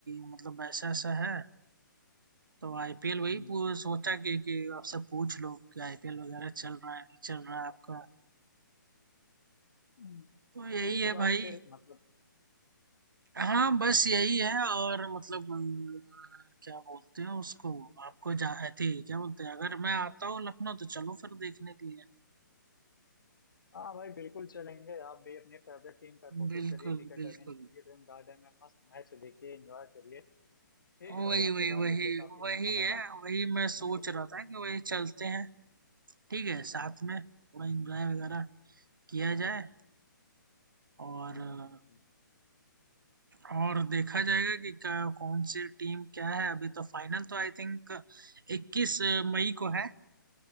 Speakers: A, on the right; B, on the left.
A: मतलब ऐसा ऐसा है तो आईपीएल वही
B: हम्म,
A: पू- सोचा कि कि आपसे पूछ लो कि आईपीएल वगैरह चल रहा है नहीं चल रहा है आपका
B: हम्म।
A: तो यही
B: ठीक
A: है
B: है भाई
A: भाई
B: फिर मतलब
A: हाँ
B: हम्म,
A: बस यही है और मतलब अ, क्या बोलते हैं उसको आपको जा थी क्या बोलते हैं अगर मैं आता हूँ लखनऊ तो चलो फिर देखने के लिए
B: हाँ भाई बिल्कुल चलेंगे आप भी अपनी फेवरेट टीम का कोशिश
A: बिल्कुल
B: करिए टिकट
A: बिल्कुल
B: अरेंज करिए ड्रीम गार्डन में मस्त मैच देखिए एंजॉय करिए ठीक
A: वही
B: है भाई आपसे
A: वही
B: बात
A: वही
B: करके काफी
A: वही
B: अच्छा
A: है
B: लगा
A: वही मैं
B: मैं
A: सोच
B: उम्मीद
A: रहा
B: करता
A: था
B: हूँ
A: कि वही चलते हैं ठीक है साथ में थोड़ा एंजॉय वगैरह किया जाए और
B: हम्म,
A: अ,
B: हम्म, हम्म।
A: और देखा जाएगा कि क्या- कौन सी टीम क्या है अभी तो फाइनल तो आई थिंक इक्कीस मई को है